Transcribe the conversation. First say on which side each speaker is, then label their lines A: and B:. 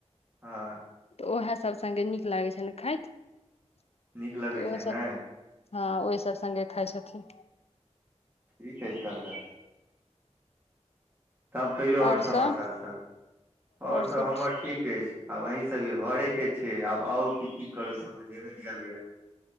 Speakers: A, on the right (about 15°); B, on the left (about 60°).
A: हँ
B: त उएह सभ संगे नीक लागैत छइन खाएत त
A: नीक लगै
B: ओहेसभ
A: छै ने
B: हँ, ओहि सभ संगे खाए छथिन।
A: ठीके छै, तब तऽ तब कहियो
B: आओर
A: ओर समाचार
B: सब
A: सभ ओर
B: आओर
A: सभ
B: सब
A: हमर ठीक अछि। आब अही सभके घरे के छै, आब आउ कि कि करू समझे नहि अबैय।